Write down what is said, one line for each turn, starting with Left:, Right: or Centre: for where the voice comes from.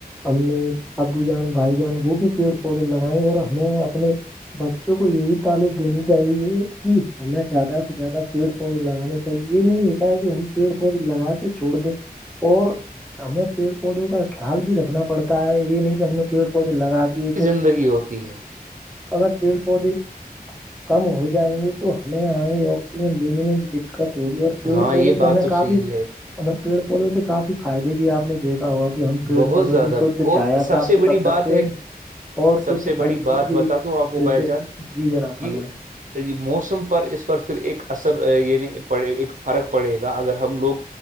Centre: امی ابو جان بھائی جان وہ بھی پیڑ پودے لگائیں گے اور ہمیں اپنے بچوں کو یہی تعالم دینی چاہیے کہ ہمیں زیادہ سے زیادہ پیڑ پودے لگانے چاہیے یہ نہیں ہوتا ہے کہ ہم پیڑ پودے لگا کے چھوڑ دیں اور ہمیں پیڑ پودوں کا خیال بھی رکھنا پڑتا ہے یہ نہیں کہ ہم نے پیڑ پودے لگا دیے تو
Right: زگی ہو تی ہیں
Centre: اگر پیڑ پودے کم ہو جائیں گے تو ہمیں آگے آکسیجن لینے میں بھی د دقت ہوگی اور پیڑ
Right: ہاں
Centre: پودوں
Right: یہ
Centre: سے
Right: بات
Centre: ہمیں
Right: تو
Centre: کافی
Right: صحیح ہے
Centre: ہم پیڑ پودوں سے کافی فائدے بھی آپ نے دیکھا ہوگ کہ ہم پیڑ
Right: بہت
Centre: پودوں
Right: زیادہ
Centre: سے شھ
Right: اور
Centre: چا
Right: سب
Centre: پراپت
Right: سے بڑی
Centre: کر سکتے
Right: بات ہے
Centre: ہیں
Right: کہ
Centre: اور
Right: سب
Centre: شھ
Right: سے
Centre: پھل
Right: بڑی
Centre: فروٹ
Right: بات
Centre: بھی
Right: بتا دوں آپ کو
Centre: ملتے
Right: بائی جان
Centre: جی جناب فرمائی
Right: کہ موسم پر اس پر پھر ایک اثر یعنی پڑے ایک فرق پڑے گا اگر ہم لوگ